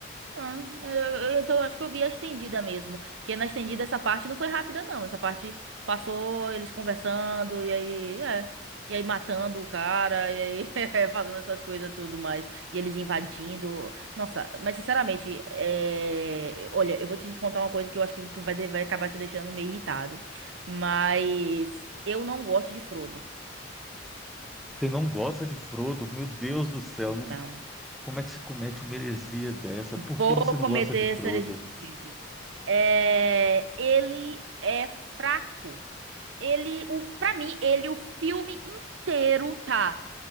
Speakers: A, on the right; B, in the centre.
A: Ah, eu, eu- então acho que eu vi a estendida mesmo. Porque na estendida essa parte não foi rápida, não. Essa parte passou eles conversando e aí, é. E aí matando o cara, e aí <laughs> fazendo essas coisas tudo mais. E eles invadindo. Nossa, mas sinceramente, é, olha, eu vou te contar uma coisa que eu acho que tu vai, de- vai acabar te deixando meio irritado. Mas eu não gosto de Frodo.
B: Você não gosta de Frodo? Meu Deus do céu, não-
A: Não.
B: como é que se comete uma heresia dessa? Por
A: Vou
B: que você não
A: cometer
B: gosta de Frodo?
A: essa heresia contigo. É, ele é fraco. Ele, o, pra mim, ele, o filme inteiro tá.